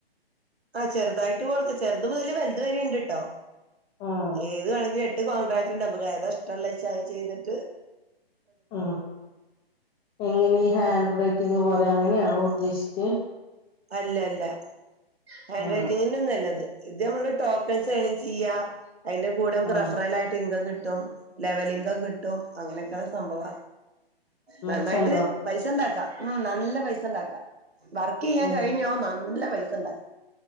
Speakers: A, on the right; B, on the left.
A: ആഹ് ചെർതായിട്ട് കൊടുക്ക ചെർത് മുതല് വൽത് വരെ ഇണ്ട് ട്ടോ
B: ആഹ്
A: ഏത് വേണങ്കിലും എട്ട് കോൺട്രാക്ട് ഇണ്ട് മ്മക്ക് ഏതാ ഇഷ്ടള്ളച്ചാ അത് ചെയ്ത്ട്ട്
B: ആഹ് എങ്ങനെ ഹാൻഡ്റൈറ്റിംഗ് പോലെ ങ്ങനെയാണോ ഉദ്ദേശിച്ചെ
A: അല്ലല്ല ഹാൻഡ്റൈറ്റിങ്ങിന്റൊന്നല്ലത്
B: ആഹ്
A: ഇത് അമ്മള് ടോക്കൺസ് ഏണിങ് ചെയ്യ അയ്ന്റെ കൂടെ മ്മക്ക്
B: ആഹ്
A: റഫറൽ ആയിട്ട് ഇൻകം കിട്ടും ലെവലിംഗ കിട്ടും അങ്ങനൊക്കെയള്ള സംഭവ നന്നായിട്ട്
B: മെച്ചണ്ടോ
A: പൈസ ഇണ്ടാക്കാം ഉം നല്ല പൈസ ഇണ്ടാക്കാം വർക്ക് ചെയ്യാൻ
B: ഉം
A: കഴിഞ്ഞോ നല്ല പൈസ ഉണ്ടാക്കാം